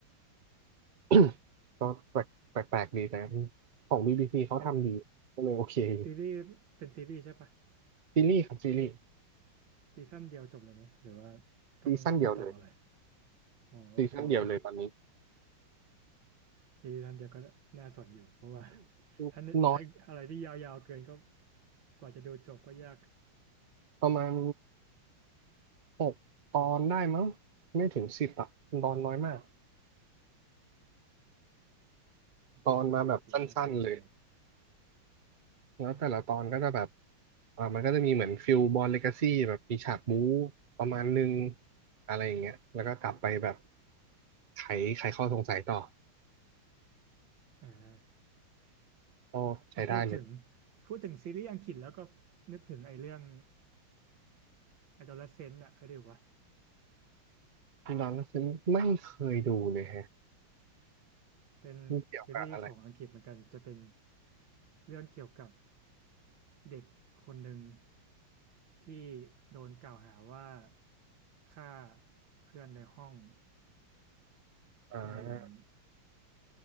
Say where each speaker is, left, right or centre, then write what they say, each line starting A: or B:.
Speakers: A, on the right; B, on the right.
A: <coughs> ก็แปลกแปลกแปลกดีแต่ของ BBC เขาทำดีก็เลยโอเคอยู่
B: เป็นซีรีส์เป็นซีรีส์ใช่ปะ
A: ซีรีส์ครับซีรีส์
B: ซีซั่นเดียวจบเลยไหมหรือว่า
A: ซีซั่นเดียวเลย
B: ต้องมีต่อเลยอ๋อโอเค
A: ซีซั่นเดียวเลยตอนนี้
B: ซีซั่นเดียวก็น่าสนอยู่เพราะว่า
A: <coughs>
B: <laughs> ถ้าไอ้อะไรที่ยาวๆเกินก็
A: น้อย
B: กว่าจะดูจบก็ยาก
A: <coughs> ประมาณหกตอนได้มั้งไม่ถึงสิบอะตอนน้อยมาก
B: โอเคโอเคน่าสนใจ
A: ตอนมาแบบสั้นๆเลยแล้วแต่ละตอนก็จะแบบอ่ามันก็จะมีเหมือนฟิลบอลเลกาซี่แบบมีฉากบู๊ประมาณนึงอะไรอย่างเงี้ยแล้วก็กลับไปแบบไขไขข้อสงสัยต่อ
B: อ่า
A: ก็ใช้ได้เลย
B: มาพูดถึงพูดถึงซีรีส์อังกฤษแล้วก็นึกถึงไอ้เรื่อง Adolescent อะเคยดูวะ
A: นอนฉันไม่เคยดูเลยแฮะ
B: เป็นซีรีส์ของอังกฤษเหมือนกันจะเป็น
A: มันเกี่ยวกับอะไร
B: เรื่องเกี่ยวกับ เด็กคนหนึ่งที่โดนกล่าวหาว่าฆ่าเพื่อนในห้อง
A: อ่า
B: อะไรอย่างนี้